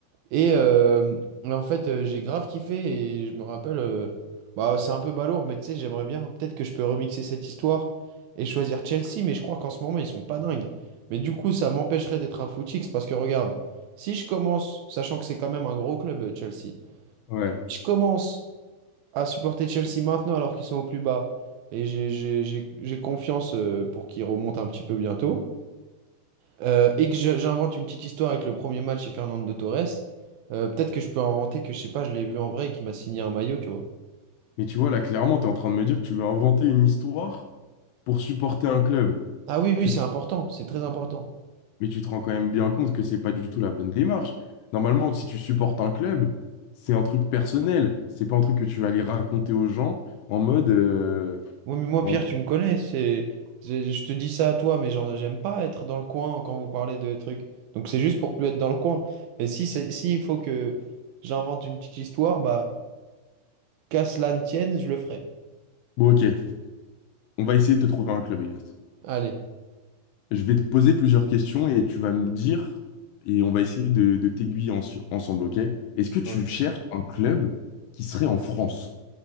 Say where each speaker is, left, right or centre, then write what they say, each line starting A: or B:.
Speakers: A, on the right; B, on the left.
A: Et euh, en fait, euh, j'ai grave kiffé et je me rappelle, euh, bah, c'est un peu balourd, mais tu sais, j'aimerais bien, peut-être que je peux remixer cette histoire et choisir Chelsea, mais je crois qu'en ce moment, ils sont pas dingues. Mais du coup, ça m'empêcherait d'être un footix parce que regarde, si je commence, sachant que c'est quand même un gros club, euh, Chelsea, si
B: Ouais.
A: je commence à supporter Chelsea maintenant alors qu'ils sont au plus bas et j'ai j'ai- j'ai- j'ai confiance euh, pour qu'ils remontent un petit peu bientôt. Euh, et que je- j'invente une petite histoire avec le premier match chez Fernando Torres, euh, peut-être que je peux inventer que, je sais pas, je l'ai vu en vrai et qu'il m'a signé un maillot, tu vois.
B: Mais tu vois, là, clairement, tu es en train de me dire que tu veux inventer une histoire pour supporter un club.
A: Ah oui, oui,
B: Tu
A: c'est
B: te-
A: important, c'est très important.
B: Mais tu te rends quand même bien compte que c'est pas du tout la bonne démarche. Normalement, si tu supportes un club, c'est un truc personnel. C'est pas un truc que tu vas aller raconter aux gens en mode... euh,
A: Moi, mais moi,
B: en-
A: Pierre, tu me connais, c'est, c'est- je te dis ça à toi, mais genre, j'aime pas être dans le coin quand vous parlez de trucs. Donc c'est juste pour plus être dans le coin. Et si c'est, s'il faut que j'invente une petite histoire, bah, qu'à cela ne tienne, je le ferai.
B: Bon, ok. On va essayer de te trouver un club, Elias.
A: Allez.
B: Je vais te poser plusieurs questions et tu vas me dire, et on va essayer de, de t'aiguiller en- ensemble, ok? Est-ce que tu
A: Ok.
B: cherches un club qui serait en France?